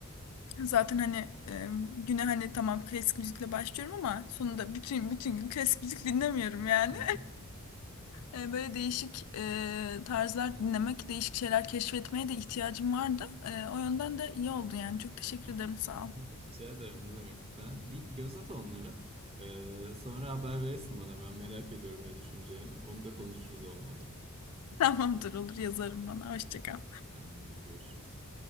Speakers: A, on the left; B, on the right.
A: zaten hani e, güne hani tamam klasik müzikle başlıyorum ama sonunda bütün bütün gün klasik müzik dinlemiyorum yani.
B: Hı hı.
A: E, Böyle değişik e, tarzlar dinlemek, değişik şeyler keşfetmeye de ihtiyacım vardı. E, o yönden de iyi oldu yani. Çok teşekkür ederim, sağ
B: <laughs>
A: ol. <laughs>
B: Rica ederim ne demek. Ben bir göz at onlara. Ee, sonra haber verirsin bana. Ben merak ediyorum ne düşüneceğini. Onu da konuşuruz olmadı.
A: Tamamdır, olur yazarım bana. Hoşça kal.
B: Tamam hadi görüşürüz.